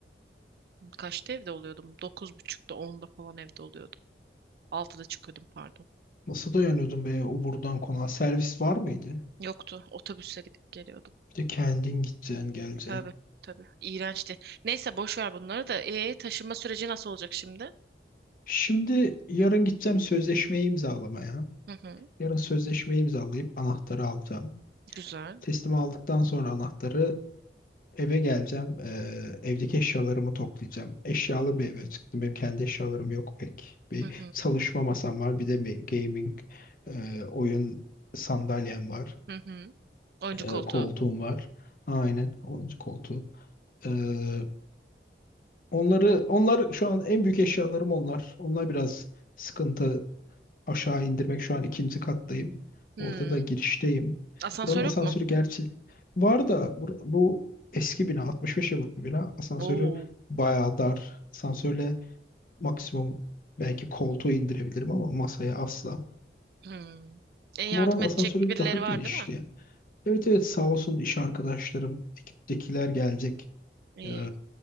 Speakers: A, on the right; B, on the left.
A: kaçta evde oluyordum? 9.30'da onda falan evde oluyordum. 6'da çıkıyordum pardon.
B: Nasıl dayanıyordun be o buradan konağa? Servis var mıydı?
A: Yoktu. Otobüsle gidip geliyordum.
B: Bir de kendin gideceksin, geleceksin.
A: Tabii tabii. İğrençti. Neyse boş ver bunları da. E, taşınma süreci nasıl olacak şimdi?
B: Şimdi yarın gideceğim sözleşmeyi imzalamaya.
A: Hı hı.
B: Yarın sözleşmeyi imzalayıp anahtarı alacağım.
A: Güzel.
B: Teslim aldıktan sonra anahtarı eve geleceğim. Ee, evdeki eşyalarımı toplayacağım. Eşyalı bir eve çıktım. Benim kendi eşyalarım yok pek. Bir
A: Hı hı.
B: çalışma masam var. Bir de me- gaming, e, oyun sandalyem var.
A: Hı hı. Oyuncu
B: E,
A: koltuğu.
B: koltuğum var. Aynen oyuncu koltuğu. Ee, Onları onlar şu an en büyük eşyalarım onlar. Onlar biraz sıkıntı aşağı indirmek. Şu an ikinci kattayım.
A: Hmm.
B: Orada da girişteyim.
A: Asansör
B: Buranın asansörü
A: yok mu?
B: gerçi var da bu, bu eski bina 65 yıllık bir bina. Asansörü
A: Oo.
B: bayağı dar. Asansörle maksimum belki koltuğu indirebilirim ama masaya asla.
A: Hmm. E,
B: Ama
A: yardım
B: oranın asansörü
A: edecek birileri
B: daha genişti
A: var değil mi?
B: ya. Evet evet sağ olsun iş arkadaşlarım, ekiptekiler gelecek.
A: İyi.
B: Ee,